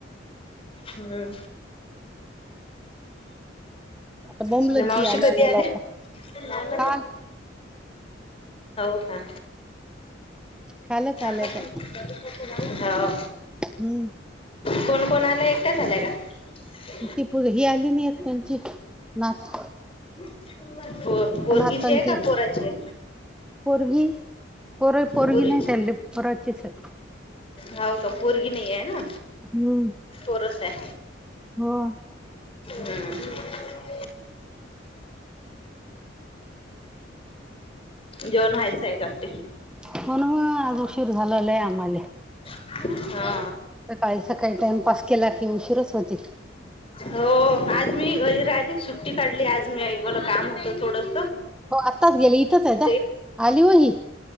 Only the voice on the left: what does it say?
ह
<inaudible> या मावशी
कधी
आल्या?
हाव
का
जाता
तुम्ही
हा व.
कोण कोण आला एकट्याच आल्या का? ह <unintelligible>
प पोरीगीची
हाय का
पोराची हाय.
पोरीची.
हव का पोरगी नाही आहे ना
पोरस आहे.
हम्म. <inaudible> जवना होयच आहे वाटते?
हा <unintelligible>
हो आज मी घरी राहिली सुट्टी काढली आज म्याइ मला काम होत. थोडस.
ते